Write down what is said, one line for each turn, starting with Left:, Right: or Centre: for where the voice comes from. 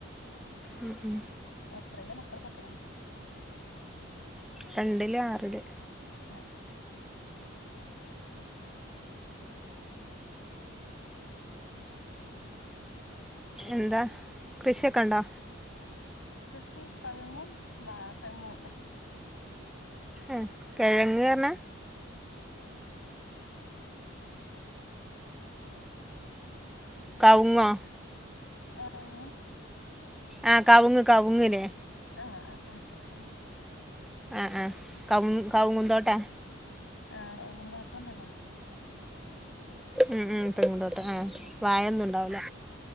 Centre: ഉം ഉം
Left: എത്രേലാ മക്കള് പടിക്കണെ
Centre: രണ്ടില് ആറില്
Left: ഏഹ്
Centre: എന്താ കൃഷിയൊക്കെ ഉണ്ടോ
Left: കൃഷി കഴുങ്ങും വാ തെങ്ങും ഉണ്ട്
Centre: ഉ കിഴങ്ങ് പറഞ്ഞാ കൗങ്ങോ
Left: ആ കവുങ്ങും
Centre: ആഹ് കൗങ്ങ് കൗങ്ങിലെ
Left: ആഹ് ആഹ് <unintelligible>
Centre: ആഹ് ആഹ് കൗ കൗങ്ങുന്തോട്ടാ
Left: ആഹ് ആഹ് കവുങ്ങും തോട്ടം തെങ്ങും തോട്ടം
Centre: ഉം ഉം തെങ്ങുന്തോട്ടാ ആ വാഴൊന്നും ഇണ്ടാവൂല